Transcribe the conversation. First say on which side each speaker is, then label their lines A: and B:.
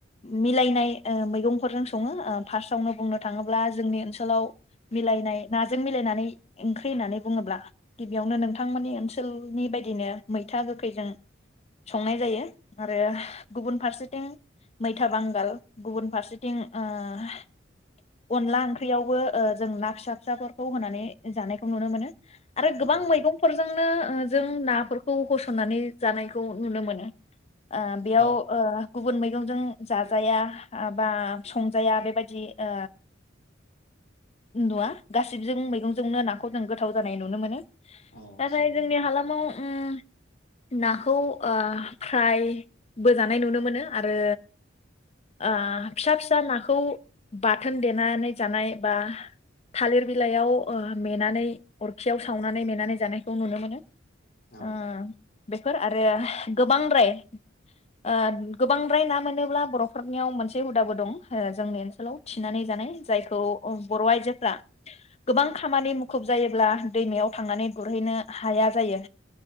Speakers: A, on the left (about 35°); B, on the left (about 55°).
A: मिलायनाय ओ मैगंफोरजों सङो। ओ फार्स्टआवनो बुंनो थाङोब्ला जोंनि ओनसोलाव मिलायनाय ना - जों मिलायनानै ओंख्रि होननानै बुङोब्ला गिबियावनो नोंथांमोननि ओनसोलनि बायदिनो मैथा गोखैजों संनाय जायो आरो गुबुन फारसेथिं मैथा बांगाल, गुबुन फारसेथिं ओह अनला ओंख्रियावबो ओ जों ना फिसा फिसाफोरखौ होनानै जानायखौ नुनो मोनो। आरो गोबां
B: औ
A: मैगंफोरजोंनो ओ जों नाफोरखौ होसननानै जानायखौ नुनो मोनो। ओ बेयाव
B: औ
A: ओ गुबुन मैगंजों जाजाया बा संजाया बेबायद- दि ओ नुवा गासिबजों मैगंजोंनो नाखौ जों गोथाव जानाय नुनो मोनो।
B: औ
A: नाथाय
B: संजायो
A: जोंनि हालामाव उम नाखौ ओ फ्राय बोजानाय नुनो मोनो आरो ओ फिसा फिसा नाखौ बाथोन देनानै जानाय बा थालिर बिलाइयाव ओ मेनानै अरखियाव सावनानै मेनानै जानायखौ नुनो मोनो।
B: औ
A: ओ बेफोर आरो गोबांद्राय ओ गोबांद्राय ना मोनोब्ला बर'फोरनियाव मोनसे हुदाबो दं जोंनि ओनसोलाव थिनानै जानाय जायखौ बर' आइजोफोरा गोबां खामानि मु - मुखुब जायोब्ला दैमायाव थांनानै गुरहैनो हाया जायो।